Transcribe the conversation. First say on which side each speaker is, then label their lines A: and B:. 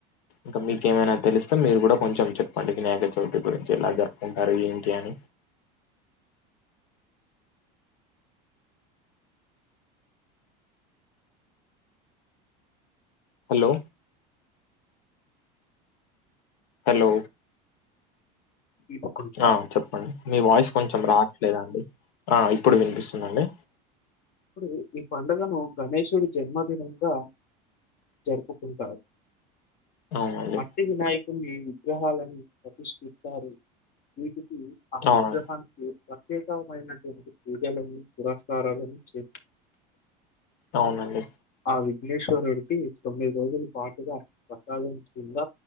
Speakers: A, on the left; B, on the left.
A: ఇంక మీకేమైనా తెలుస్తె మీరు కూడా కొంచెం చెప్పండి వినాయక చవితి గురించి ఎలా జరుపుకుంటారు ఏంటి అని హలో హలో
B: తిప్పుకుంటా
A: ఆ చెప్పండి మీ వాయిస్ కొంచెం రా లేదా అండి ఆ ఇప్పుడు వినిపిస్తుందండి
B: ఇప్పుడు ఈ పండుగను గణేషుడి జన్మదినంగా జరుపుకుంటాారు
A: అవునండి
B: మట్టి వినాయకుణ్ణి విగ్రహాలను ప్రతిష్ఠిస్తారు మీకు ఆ
A: అవునండి
B: విగ్రహానికి ప్రత్యేకమైనటువంటి పూజలని పురస్కారాలను చే
A: అవునండి
B: ఆ విఘ్నేశ్వరుడికి తొమ్మిది రోజుల పాటుగా ప్రసాదం ఇంగ